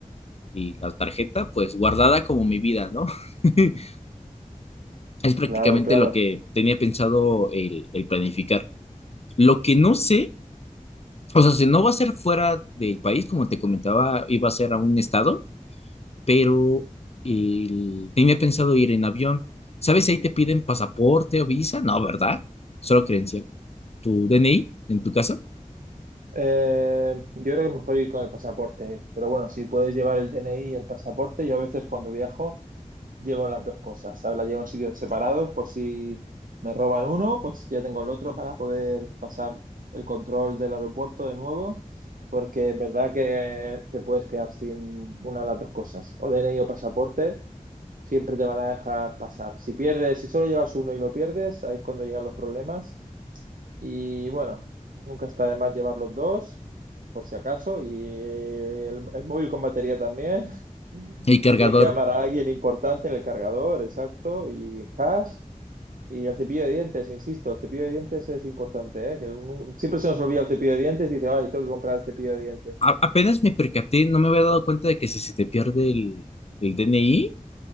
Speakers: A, on the left; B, on the right.
A: y la tarjeta, pues, guardada como mi vida, ¿no? <laughs> Es prácticamente
B: Claro, claro.
A: lo que tenía pensado el el planificar. Lo que no sé O sea, si no va a ser fuera del país, como te comentaba, iba a ser a un estado, pero el- tenía pensado ir en avión. ¿Sabes si ahí te piden pasaporte o visa? No, ¿verdad? Solo credencial. Tu DNI en tu casa,
B: Eh, yo creo que mejor ir con el pasaporte, pero bueno, si puedes llevar el DNI y el pasaporte, yo a veces cuando viajo llevo las dos cosas, ¿sabes? Las llevo en sitios separados por si me roban uno, pues ya tengo el otro para poder pasar el control del aeropuerto de nuevo, porque es verdad que te puedes quedar sin una de las dos cosas, o DNI o pasaporte, siempre te van a dejar pasar. Si pierdes, si solo llevas uno y lo pierdes, ahí es cuando llegan los problemas. Y bueno, nunca está de más llevar los dos, por si acaso, y el, el móvil con batería también,
A: el cargador.
B: si tienes que llamar a alguien importante en el cargador, exacto, y cash, y el cepillo de dientes, insisto, el cepillo de dientes es importante, ¿eh? Que un- siempre se nos olvida el cepillo de dientes y dice, ay, tengo que comprar el cepillo de dientes.
A: A- apenas me percaté, no me había dado cuenta de que si se te pierde el, el DNI,